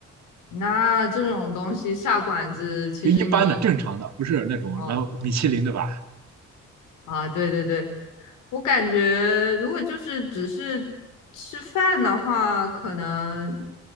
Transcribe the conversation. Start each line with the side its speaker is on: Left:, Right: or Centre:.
Left: 那这种东西下馆子，其实你
Right: 就一般的、正常的，不是那种什么米其林，
Left: 哦
Right: 对吧？
Left: 啊，对对对，我感觉，如果就是只是吃饭的话，可能